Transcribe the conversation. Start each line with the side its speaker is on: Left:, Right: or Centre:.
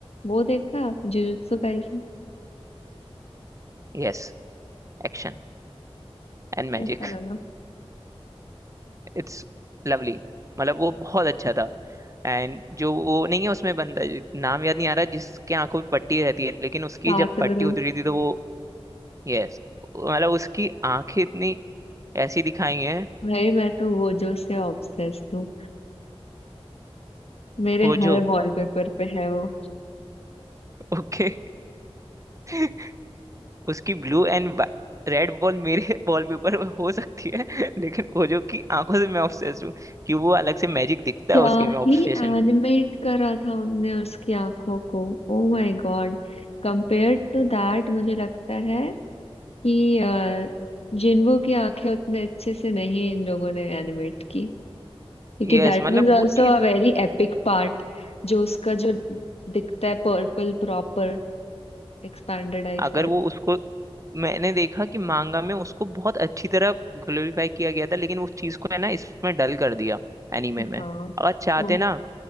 Left: वो देखा आप जुजुत्सु काइसन
Right: Yes Action and magic
Left: कैसा लगा
Right: It's lovely मतलब वो बहुत अच्छा था एंड जो वो नहीं है उसमें बंदा जो- नाम याद नहीं आ रहा जिसके आंखों पे पट्टी रहती है लेकिन उसकी
Left: कातोरू
Right: जब पट्टी उतरी थी तो वो यस मतलब उसकी आंखें इतनी ऐसी दिखाई हैं
Left: भाई मैं तो वो जो से ऑब्सेस्ड हूँ मेरे
Right: हो
Left: हर
Right: जो
Left: वॉलपेपर पे है वो
Right: ओके <laughs> उसकी ब्लू एंड रेड बॉल मेरे <laughs> वॉलपेपर पर हो सकती है <laughs> लेकिन वो जो कि आंखों से मैं ऑब्सेस्ड हूँ कि वो अलग से मैजिक दिखता
Left: क्या
Right: है उसके में ऑब्सेशन
Left: ही एनिमेट करा था उनने उसकी आंखों को Oh my god Compare to that मुझे लगता है कि अ, जिन्हों की आंखें उतने अच्छे से नहीं इन लोगों ने एनिमेट की क्योंकि
Right: यस
Left: that
Right: मतलब
Left: was also
Right: वो चीज
Left: a very epic part जो उसका जो दिखता है purple proper expanded eye
Right: अगर
Left: set
Right: वो उसको मैंने देखा कि मांगा में उसको बहुत अच्छी तरह ग्लोरीफाई किया गया था लेकिन उस चीज को है ना इसमें डल कर दिया एनीमे में
Left: हाँ
Right: अगर चाहते
Left: ट्रू
Right: ना